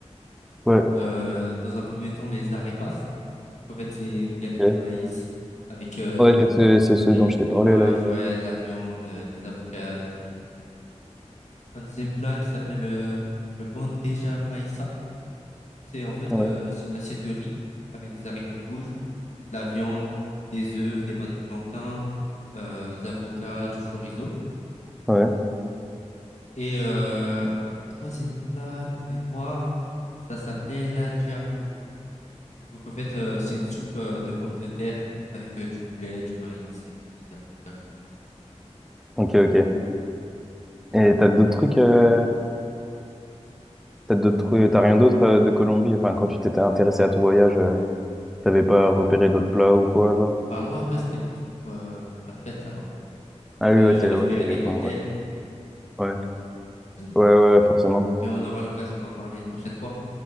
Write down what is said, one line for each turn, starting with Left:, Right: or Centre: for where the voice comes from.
Centre: Ouais,
Left: Euh, dans un premier temps, les arepas. En fait, c'est une galette
Centre: ok.
Left: de maïs avec, euh,
Centre: Ouais, c'est ce, c'est ce
Left: avec
Centre: dont
Left: du
Centre: je
Left: fromage,
Centre: t'ai parlé là. il y a-
Left: ouais, de la viande, euh, des avocats et tout. Un deuxième plat qui s'appelle euh, le bandeja paisa. C'est en fait
Centre: Ouais.
Left: euh, c'est une assiette de riz avec des haricots rouges, de la viande, des œufs, des bananes plantains, euh, de l'avocat, du chorizo.
Centre: Ouais.
Left: Et euh, troisième plat de mémoire, ça s'appelait la giaco. Donc en fait, euh, c'est une soupe euh, de pommes de terre avec euh, du poulet, du maïs et des herbes locales.
Centre: Ok, ok. Et t'as d'autres trucs, euh, t'as d'autres trucs, t'as rien d'autre euh, de Colombie? Enfin, quand tu t'étais intéressé à ton voyage, euh, t'avais pas repéré d'autres plats ou quoi, genre?
Left: Bah, moi, après, c'était plus pour euh, la fête là-bas. Donc
Centre: Ah oui,
Left: euh,
Centre: ouais,
Left: j'avais
Centre: t'es, ouais,
Left: repéré
Centre: t'avais
Left: des cocktails,
Centre: pas, ouais.
Left: mais
Centre: Ouais, ouais, forcément.
Left: on aura l'occasion d'en parler une prochaine fois.